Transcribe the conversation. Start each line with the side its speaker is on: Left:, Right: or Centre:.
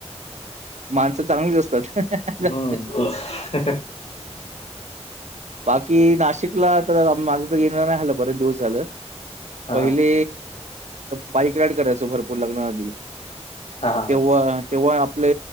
Right: माणसं चांगली असतात.
Left: हम
Right: जास्त.
Left: त
Right: बाकी नाशिकला आ तर माझं तर येणार नाही झालं बरेच दिवस झालं.
Left: हा
Right: पहिले
Left: हा
Right: बाईक राईड करायचं भरपूर लग्नाआधी
Left: हा हा
Right: तेव्हा तेव्हा आपले